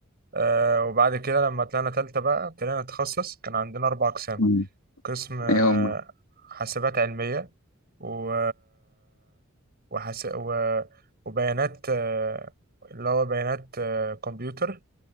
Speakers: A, on the right; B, on the left.
A: آه، وبعد كده لما طلعنا تالتة بقى ابتدينا نتخصص كان عندنا أربع أقسام
B: مم.
A: قسم آه،
B: ايه هما
A: حاسبات علمية و... وحس... و... وبيانات آه، اللي هو بيانات آه، كمبيوتر